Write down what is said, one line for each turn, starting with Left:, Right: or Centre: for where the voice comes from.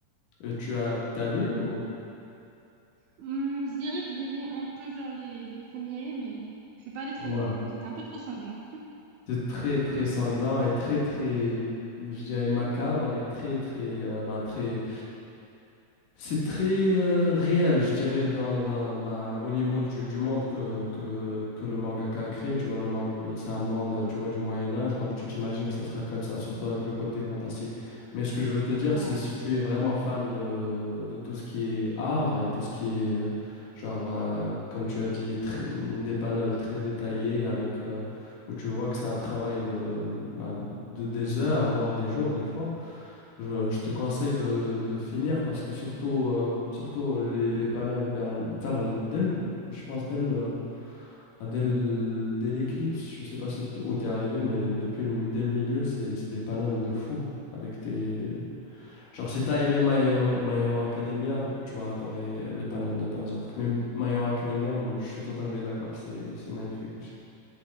Left: Et tu as t'as lu ou?
Right: Hum, je dirais que j'ai lu un peu genre les, les premiers, mais je suis pas allée très
Left: Ouais.
Right: loin. C'était un peu trop sanglant.
Left: C'est très très sanglant et très très je dirais macabre et très très euh, ben, très C'est très euh, réel, je dirais, dans, dans ma- au niveau du, du monde que, que, que le mangaka a créé. Tu vois, le manga, le- c'est un monde, tu vois, du Moyen Âge, donc tu t'imagines que ça sera comme ça, surtout avec le côté fantastique. Mais ce que je veux te dire,
Right: Ouais.
Left: c'est si tu es vraiment fan de, de tout ce qui est art et tout ce qui est, euh, genre, euh, comme tu as dit, tr- des panels très détaillés avec, euh, où tu vois que c'est un travail de, ben, de des heures, voire des jours, des fois. Je, je te conseille de, de finir parce que surtout, euh, surtout les, les panels vers, le- vers le- dès le- je pense dès le- dès le- dès l'éclipse, je sais pas si t- où t'es arrivé, mais depuis le, dès le milieu, c'est, c'est des panels de fou. Avec tes... Genre, si t'as aimé My Hero, My Hero Academia, tu vas adorer les panels de Berserk. Mais My Hero Academia, moi, je suis tout à fait d'accord, c'est, c'est magnifique aussi.